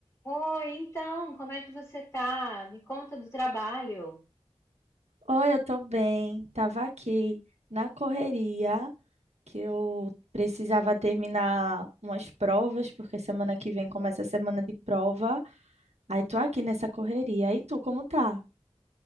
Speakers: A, on the left; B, on the right.
A: Oi, então, como é que você tá? Me conta do trabalho.
B: Oi, eu tô bem. Tava aqui na correria que eu precisava terminar umas provas, porque semana que vem começa a semana de prova. Aí tô aqui nessa correria. E tu, como tá?